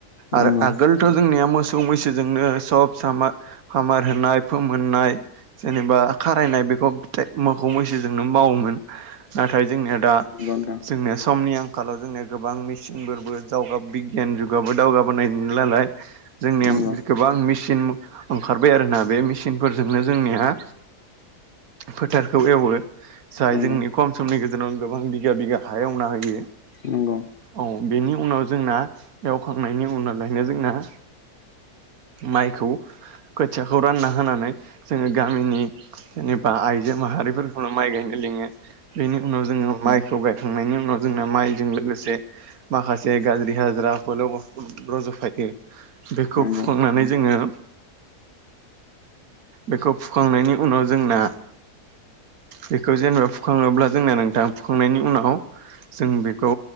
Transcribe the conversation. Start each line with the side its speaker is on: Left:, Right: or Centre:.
Right: आरो
Left: नंगौ नंगौ
Right: आगोल थ' जोंनिया मोसौ मैसोजोंनो सब सामा खामार होनाय फोमोननाय जेनेबा खारायनाय बेखौ मोसौ मैसोजोंनो मावोमोन नाथाय जोंनिया दा
Left: नंगौ
Right: जोंनिया समनि आं खालाव जोंनिया गोबां मेसिनफोरबो दावगा बिगियान जुगाबो दावगाबोनाय नुयो नालाय जोंनिया
Left: नोंथां नंगौ
Right: गोबां मेचिन ओंखारबाय आरो ना बे मेचिनफोरजोंनो जोंनिया फोथारखौ एवो जाय
Left: नंगौ
Right: जोंनि खम समनि गेजेरावनो गोबां बिगा बिगा हा एवना होयो
Left: नंगौ
Right: औ बेनि उनाव जोंना एवखांनायनि उनावलायनो जोंना माइखौ खोथियाखौ रानना होनानै जोङो गामिनि जेनेबा आइजो माहारिफोरखौनो माइ गायनो लिङो बेनि उनाव जोङो माइ खौ गायखांनायनि उनाव जोंना माइजों लोगोसे माखासे गाज्रि हाजिराफोरल' रज'फायो बेखौ
Left: नंगौ
Right: फुखांनानै जोङो बेखौ फुखांनायनि उनाव जोंना बेखौ जेनेबा फुखाङोब्ला जोंनिया नोंथां फुखांनायनि उनाव जों बेखौ